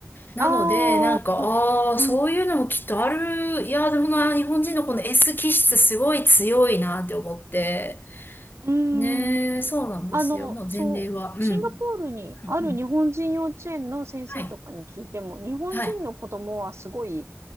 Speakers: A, on the left (about 45°); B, on the right (about 75°).
A: なので、
B: ああ、
A: なんか、ああ、
B: うん。
A: そういうのもきっとある。いや、でもな、日本人のこの S 気質すごい強いなって思って。
B: うん。
A: ねえ、そうなんですよ。
B: あの、
A: もう前例は。
B: そう、
A: うん。
B: シンガポールにある日本人幼稚園の先生とかに聞いても、
A: うんうんはい、
B: 日本人の子供はすごい、
A: はい、